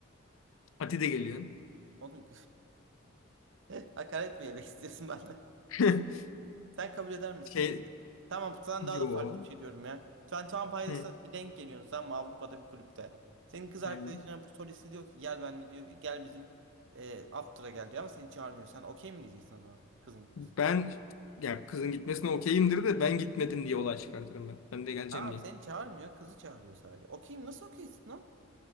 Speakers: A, on the left (about 70°); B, on the right (about 65°).
A: Ati de geliyor.
B: Oğlum <laughs> hakaret mi yemek istiyorsun benden?
A: <laughs>
B: Sen kabul eder misin
A: Şey
B: onu? Tamam sana
A: yo.
B: daha da farklı bir şey diyorum ya. Sen Tom Pilots'a
A: Hı.
B: bir denk geliyorsun sen mi Avrupa'da bir kulüpte. Senin kız arkadaşına
A: Aynen.
B: bu solisti diyor ki gel benimle diyor gel bizim e, after'a gel diyor ama seni çağırmıyor. Sen okey mi diyeceksin o zaman kızın gitmesin?
A: Ben ya kızın gitmesine okeyimdir de ben gitmedim diye olay çıkartırım ben. Ben de geleceğim
B: Tamam
A: diye.
B: seni çağırmıyor kızı çağırıyor sadece. Okey mi? nasıl okeysin lan?